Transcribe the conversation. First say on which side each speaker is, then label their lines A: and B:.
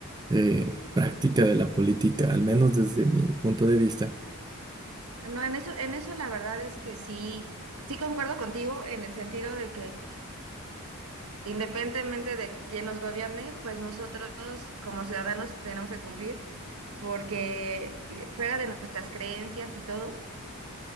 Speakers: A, on the right; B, on the right.
A: eh, práctica de la política, al menos desde mi punto de vista.
B: no, en eso, en eso la verdad es que sí, sí concuerdo contigo en el sentido de que independientemente de quién nos gobierne, pues nosotros como ciudadanos tenemos que cumplir, porque eh, fuera de nuestras creencias y todo,